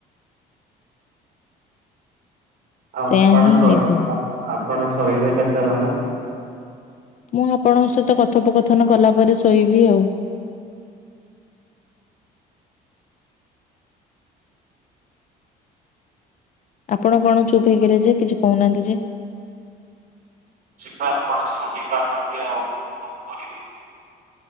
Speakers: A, on the right (about 50°); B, on the left (about 45°).
A: ଆପଣ
B: ସେୟା ହିଁ
A: ଶହେ
B: ହେଇଥିବ।
A: ଆପ ଆପଣ ଶୋଇବେ କେତେବେଳେ।
B: ମୁଁ ଆପଣଙ୍କ ସହିତ କଥୋପକଥନ କଲା ପରେ ଶୋଇବି ଆଉ। ଆପଣ କଣ ଚୁପ୍ ହେଇକିରେ ଯେ କିଛି କହୁନାହାନ୍ତି ଯେ।
A: ଯିବା ଆପଣ ଶୋଇପାରୁନାହାନ୍ତି ଆଉ କଣ କରିବି।